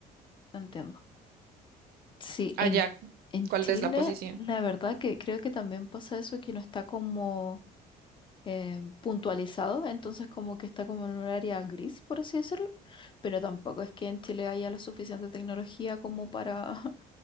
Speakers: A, on the left; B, on the right.
A: entiendo. Sí,
B: Allá,
A: en, en
B: ¿cuál
A: Chile
B: es la posición?
A: la verdad que creo que también pasa eso que no está como eh, puntualizado, entonces como que está como en un área gris, por así decirlo, pero tampoco es que en Chile haya la suficiente tecnología como para, <laughs>